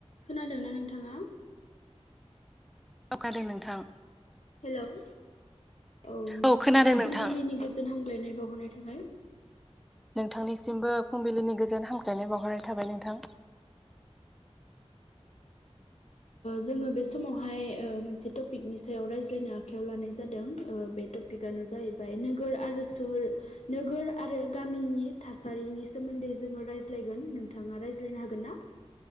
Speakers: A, on the left; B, in the centre.
A: खोनादोंना नोंथाङा?
B: औ खोनादों नोंथां।
A: हेल' औ
B: औ खोनादों नोंथां
A: फुंबिलिनि गोजोन हामलायनाय बावहरनाय थाबाय
B: नोंथांनिसिमबो फुंबिलिनि गोजोन हामलायनाय बावहरनाय थाबाय नोंथां
A: जोङो बे समावहाय मोनसे टपिकनि सायाव रायज्लायनो आखायाव लानाय जादों बे टपिक टपिकानो जाहैबाय नोगोर आरो सोहोर नोगोर आरो गामिनि थासारिनि सोमोन्दै जोङो रायज्लायगोन नोंथाङा रायज्लायनो हागोन ना